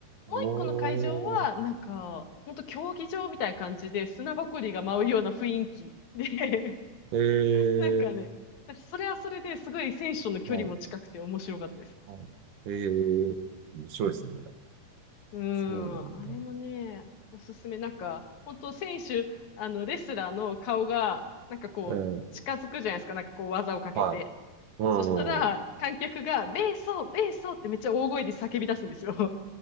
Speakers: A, on the left (about 55°); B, on the right (about 65°).
A: もう一個の会場は、
B: おー。
A: なんか、本当競技場みたいな感じで砂ぼこりが舞うような雰囲気で、<laughs>
B: ええ
A: なんかね、それはそれですごい選手との距離も近くて面白かったです。
B: はい。はい。ええ面白いですね。
A: うーん、
B: そうなんだ。
A: あれもね、おすすめ。なんか、本当選手、あの、レスラーの顔が、なんかこう、
B: はい。ええ
A: 近づくじゃないですか、なんかこう、技をかけて。
B: はい。うん。
A: そしたら、観客が、ベーソー、ベーソーってめっちゃ大声で叫び出すんですよ。